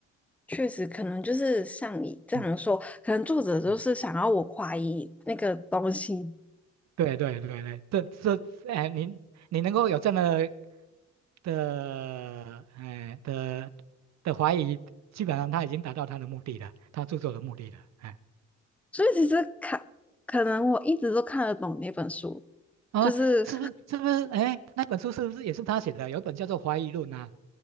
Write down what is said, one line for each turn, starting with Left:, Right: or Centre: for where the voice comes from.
Centre: 确实，可能就是像你这样说，
Right: 嗯
Centre: 可能作者就是想要我怀疑那个东西，
Right: 嗯，对对对对，这这，哎、你你能够有这么的，哎、呃的的怀疑，基本上他已经达到他的目的了，他著作的目的了，哎、
Centre: 所以其实看，可能我一直都看得懂那本书，
Right: 啊，
Centre: 就是，
Right: 是不是是不是？哎，那本书是不是也是他写的？有一本叫做《怀疑论》啊，